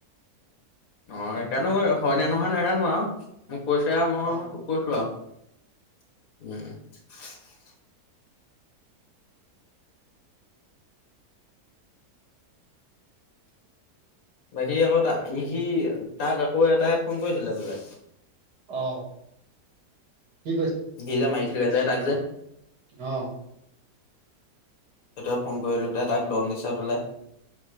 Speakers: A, on the left; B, on the right.
A: অ', সেইকাৰণে মই হয় নে নহয় নাজানো আৰু। কৈছে আৰু মই
B: অ',
A: কৈছোঁ আৰু। <unintelligible> বাকী আকৌ তা সি তাক আকৌ এটাই ফোন কৰিছিলে বোলে
B: অ' কি
A: <unintelligible> চে যে তাক যে
B: অঁ
A: সেইতোৱে ফোন কৰিলৈ পেলাই তাক দম দিছে বোলে।